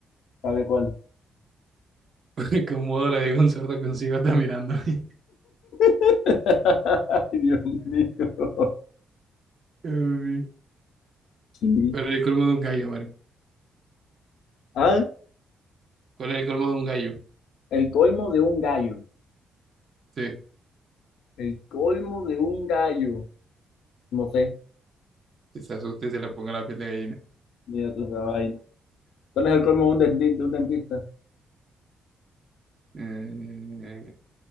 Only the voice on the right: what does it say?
<laughs> Que un modo le digo a un sordo que un ciego está mirando. <laughs>
Dios mío.
¿Cuál es el colmo de un gallo, Marco?
¿Cuál es el colmo de un gallo?
Sí.
Que se asuste y se le ponga la piel de gallina.
Eh,